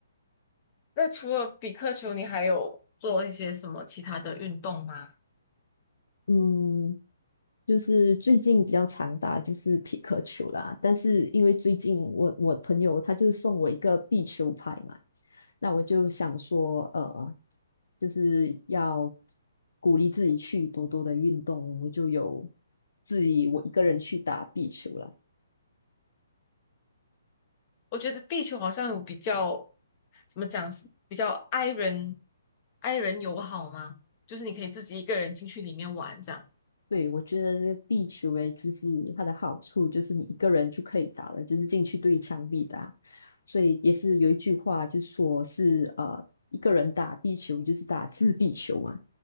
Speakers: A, on the left (about 35°); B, on the left (about 85°).
A: 那除了比克球，你还有做一些什么其他的运动吗？
B: <laughs> 嗯，就是最近比较常打就是匹克球啦，但是因为最近我我朋友他就送我一个壁球拍嘛，那我就想说，呃，就是要鼓励自己去多多的运动，我就有自己我一个人去打壁球了。
A: 我觉得壁球好像有比较，怎么讲，比较 i 人 i 人友好吗？就是你可以自己一个人进去里面玩这样。
B: 对，我觉得壁球诶，就是它的好处就是你一个人就可以打了，就是进去对墙壁打，所以也是有一句话就说是呃，一个人打壁球就是打自闭球嘛。